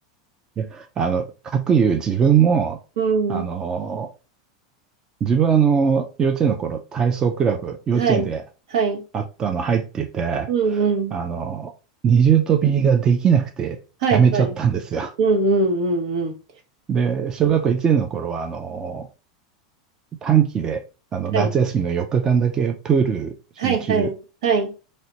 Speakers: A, on the right; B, on the right.
A: いや、あの、かくいう自分も、
B: うん。
A: あの、自分はあの、幼稚園の頃、体操クラブ、幼稚園で
B: はい。はい。
A: あったの入ってて、
B: うんうん。
A: あの、二重跳びができなくてやめちゃったんですよ。
B: はい、はい。うんうんうんうん。
A: で、小学校1年の頃は、あの、短期で、あの、
B: はい。
A: 夏休みの4日間だけプール集中
B: はい、はい。はい。